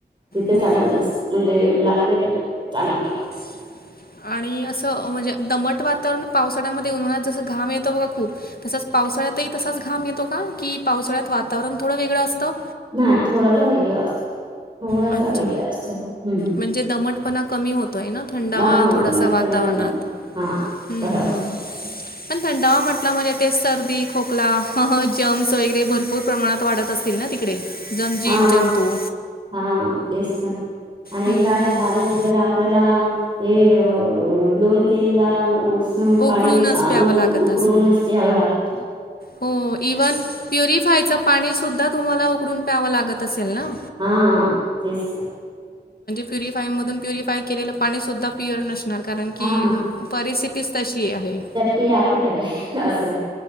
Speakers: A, on the right; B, on the left.
A: तिथे
B: हो.
A: चांगला दीस म्हणजे लागतय पाठी चागलं
B: <unintelligible> आणि असं म्हणजे दमट वातावरण पावसाळ्यामध्ये उन्हाळ्यात जसं घाम येतो बघा खूप तसंच पावसाळ्यातही तसाच घाम येतो का की पावसाळ्यात वातावरण थोडं वेगळं असतं?
A: नाही थोडासा वेगळा असतो, थोडासा
B: अच्छा.
A: वेगळा असतो ह्
B: म्हणजे दमटपणा कमी होतोय ना थंडावा
A: हा
B: थोडासा
A: दमटपणा
B: वातावरणात,
A: कमी हा.
B: हुं
A: बरोबर
B: हुं
A: सांग
B: पण थंडावा म्हणजे ते सर्दी, खोकला ह ह जर्म्स वगैरे भरपूर प्रमाणात वाढत असतील ना तिकडे? जन जीव
A: हा
B: जंतू
A: हा तेच तर आणि
B: हम्म
A: काय
B: हम्म
A: पाणी वगैरे आपल्याला हे दोन तीनदा अस
B: उकडूनच
A: पाणी अस आणून
B: प्यावं लागत
A: उकडूनच
B: असेल.
A: प्यावा लागतो.
B: हो इव्हन प्युरिफायचं पाणी सुद्धा तुम्हांला उकडून प्यावं लागत असेल ना
A: हा हा तेच तर
B: प्युरिफाय मधून प्युरिफाय केलेलं पाणी सुद्धा प्युअर नसतं. कारण की
A: हा
B: परिस्थितीच तशी आहे.
A: ते आपलीकडे आहे, असं आहे.